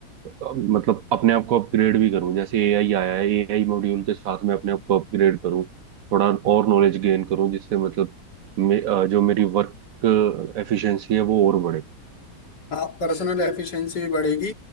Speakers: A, on the right (about 65°); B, on the left (about 80°).
A: अ, मतलब अपने आप को अपग्रेड भी करूं जैसे एआई आया है एआई मॉड्यूल के साथ मैं अपने आप को अपग्रेड करूं थोड़ा और नॉलेज गेन करूं जिससे मतलब मे, अ, जो मेरी वर्क एफिशिएंसी है वो और बढ़े
B: हाँ पर्सनल एफिशिएंसी भी बढ़ेगी